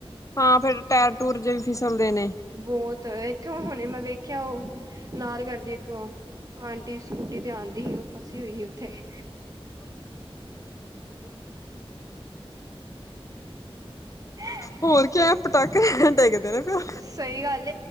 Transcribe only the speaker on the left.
ਹਾਂ ਫੇਰ ਟਾਇਰ ਟੂਰ ਜੇ ਫਿਸਲਦੇ ਨੇ।
ਹੋਰ ਕੀ ਪਟਾਕੇ <inaudible> ਟੇਕਦੇ ਨੇ ਫਿਰ